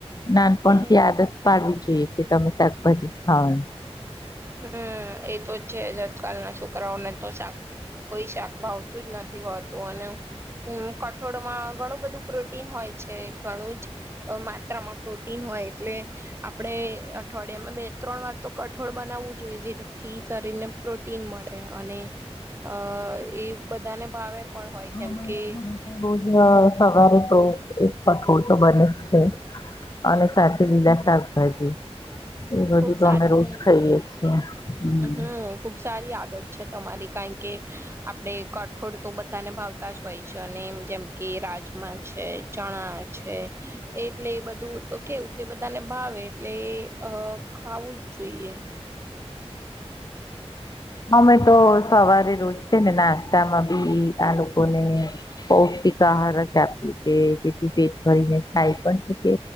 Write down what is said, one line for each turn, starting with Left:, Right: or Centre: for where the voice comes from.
Left: ના પનથી
Right: હમ
Left: આદત પાડવી જોઈએ કે તમે શાકભાજી ખાવાનું.
Right: હમ્મ એતો જ છે જ. આજકાલના છોકરાઓને તો શાકભું કોઈ શાક ભાવતું જ નથી હોતું અને ઉમ કઠોળમાં ઘણું બધું પ્રોટીન હોય છે ઘણું જ અહ માત્રામાં પ્રોટીન હોય એટલે આપણે અઠવાડિયામાં બે ત્રણ વાર તો ક ઠોળ બનાવવું જોઈએ જેથી શરીરને પ્રોટીન મળે અને અહ એ બ બધાને ભાવે પણ હોય
Left: હા
Right: જેમ
Left: મારા
Right: કે
Left: ઘરે તો રોજ અહ સવારે પ્રો એક કઠોળ તો બને જ છે અને સાથે લીલા શાકભાજી એ બધું
Right: ખુબ
Left: તો
Right: સારી
Left: અમે રોજ ખાઈએ છીએ હમ.
Right: હમ ખુબ સારી આદત છે તમારી કારણ કે આપણે કઠોળ તો બધાને ભાવતા જ હોય છે અને જેમ કે રાજમા છે ચણા છે એટલે એ બધું તો કેવું કે બધાને ભાવે એટલે એ ખાવું જ જોઈએ
Left: હમ અમે તો સવારે રોજ છે ને નાસ્તા માં બી આ લોકોને બહું <unintelligible> જ આપ કે તેથી પેટ ભરીને ખાય પણ શકે